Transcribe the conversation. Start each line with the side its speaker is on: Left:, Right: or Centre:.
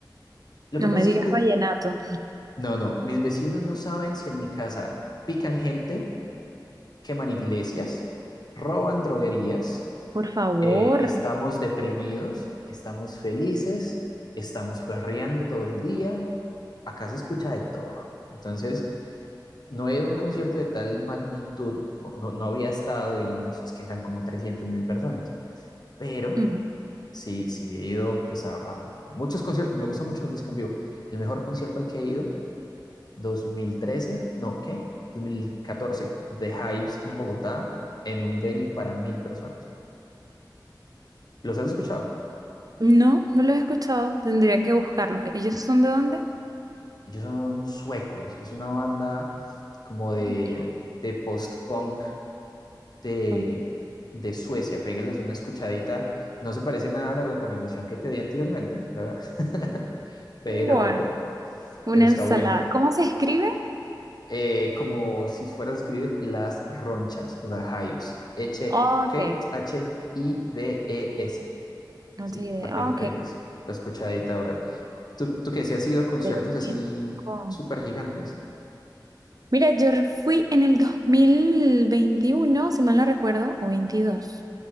Left: Lo que
Right: No
Left: pasa
Right: me digas
Left: es que mis-
Right: vallenato,
Left: no, no, mis vecinos no saben si en mi casa pican gente, queman iglesias, roban droguerías,
Right: por favor.
Left: eh, estamos deprimidos, estamos felices, estamos perreando todo el día. Acá se escucha de todo. Entonces, No he ido a un concierto de tal magnitud, o no, no había estado, digamos, es que eran como 300 mil personas, pero
Right: Mm.
Left: sí, sí he ido pues, a, a- a muchos conciertos, me gusta mucho la música en vivo. El mejor concierto al que he ido, 2013, no, ¿qué? 2014, The Hives en Bogotá, en un venue para mil personas. ¿Los has escuchado?
Right: No, no los he escuchado, tendría que buscarlos. ¿Ellos son de dónde?
Left: Ellos son suecos, es una banda como
Right: Ah,
Left: de,
Right: mira.
Left: de post-punk de,
Right: Ok.
Left: de Suecia. Pégales una escuchadita. No se parece nada a la recomendación que te di anteriormente, ¿verdad? <laughs> Pero,
Right: Bueno, una
Left: pero está
Right: ensalada.
Left: bueno.
Right: ¿Cómo se escribe?
Left: Eh, como si fueras a escribir las ronchas, the hives. H,
Right: Ok,
Left: ¿qué? H I D e s
Right: no
Left: Sí,
Right: tengo idea.
Left: para que le
Right: Ok.
Left: pegues la escuchadita ahora. ¿Tú, tú qué? ¿Si has ido a conciertos
Right: Pero
Left: así
Right: mira, con-
Left: súper gigantes?
Right: Mira, yo re- fui en el 2021, si mal no recuerdo, o 22.